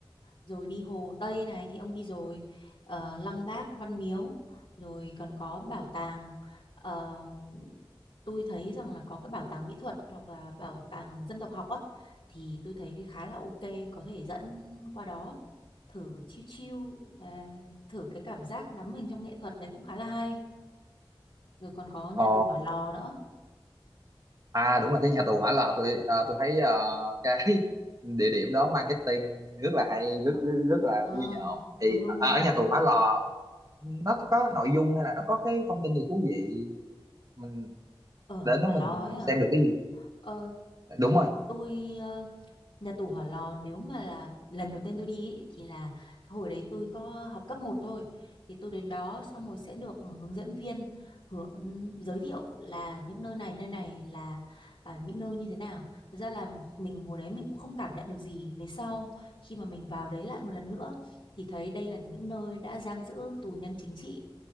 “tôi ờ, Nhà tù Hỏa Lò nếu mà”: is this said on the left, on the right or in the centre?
Left